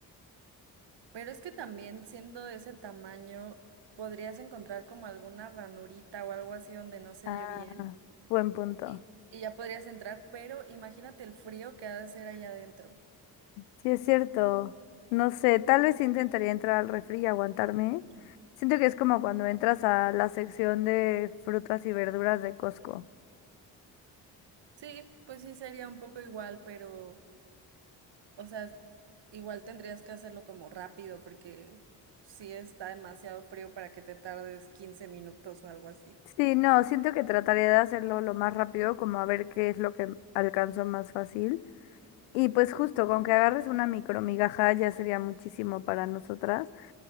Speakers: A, on the right; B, on the left.
A: Pero es que también siendo de ese tamaño, podrías encontrar como alguna ranurita o algo así donde no se
B: Ah,
A: oye bien
B: buen punto.
A: y, y ya podrías entrar, pero imagínate el frío que ha de hacer allá adentro.
B: Sí, es cierto. No sé, tal vez intentaría entrar al refri y aguantarme.
A: Ujú.
B: Siento que es como cuando entras a la sección de frutas y verduras de Costco.
A: Sí, pues sí sería un poco igual, pero... O sea, igual tendrías que hacerlo como rápido porque sí está demasiado frío para que te tardes 15 minutos o algo así.
B: Sí, no, siento que trataré de hacerlo lo más rápido, como a ver qué es lo que alcanzo más fácil. Y pues justo, con que agarres una micromigaja ya sería muchísimo para nosotras.